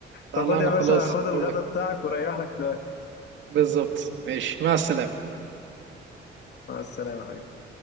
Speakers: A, on the right; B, on the left.
A: لا
B: فخد
A: لا انا
B: يا
A: خلاص
B: باشا خد
A: يا دوبك
B: الغدا بتاعك وريح لك شويه
A: بالظبط ماشي مع السلامه
B: مع السلامه يا حبيبي